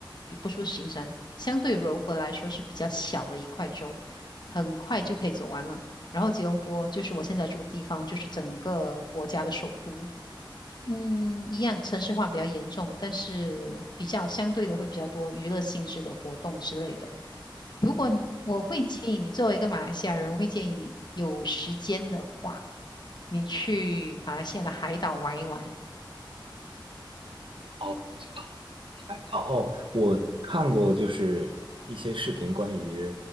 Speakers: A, on the left; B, on the right.
A: 比不说新山，相对柔佛来说是比较小的一块州，很快就可以走完了。然后吉隆坡就是我现在住的地方，就是整个国家的首都。嗯，一样城市化比较严重，但是比较相对的会比较多娱乐性质的活动之类的。如果你我会建议你，作为一个马来西亚人，我会建议你有时间的话，你去马来西亚的海岛玩一玩，
B: 哦，这个海岛，哦，我看过就是一些视频关于